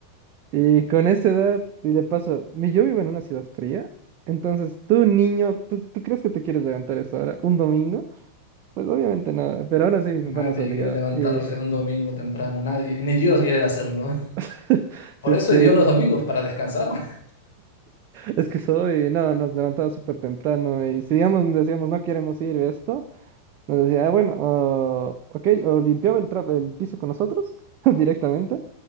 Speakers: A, on the right; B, on the left.
A: Y con esa edad, y de paso, mi- yo vivo en una ciudad fría, entonces tú, niño, ¿tú, tú crees que te quieres levantar a esa hora? ¿Un domingo? Pues obviamente no, pero aún así mi papá
B: Nadie
A: nos obligaba.
B: quiere levantarse
A: Y...
B: un domingo temprano, nadie, ni Dios quiere hacerlo.
A: <laughs>
B: Por
A: Sí,
B: eso
A: sí,
B: dio los domingos, para descansar. <laughs>
A: Es que soy, no, nos levantaba súper temprano y si digamos, decíamos no queremos ir esto, nos decía, "Ah, bueno, o- ok, o limpiaba el, tra- el piso con nosotros <laughs> directamente,